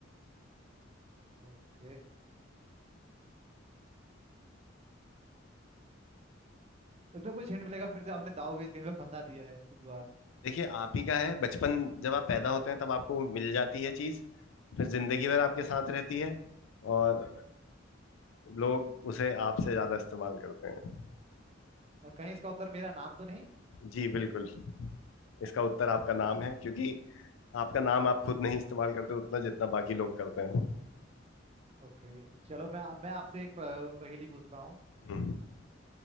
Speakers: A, on the right; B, on the left.
A: ओके इसमें कुछ हिंट मिलेगा फिर से आपने दाव पेच कहीं पे फंसा दिया है इस बार
B: देखिए आप ही का है बचपन जब आप पैदा होते हैं तब आपको मिल जाती है चीज फिर जिंदगी भर आपके साथ रहती है और लोग उसे आपसे ज्यादा इस्तेमाल करते हैं
A: और कहीं इसका उत्तर मेरा नाम तो नहीं
B: जी बिल्कुल इसका उत्तर आपका नाम है क्योंकि आपका नाम आप खुद नहीं इस्तेमाल करते उतना जितना बाकी लोग करते हैं
A: ओके चलो मैं मैं आपसे एक प- पहेली पूछता हूँ
B: हम्म,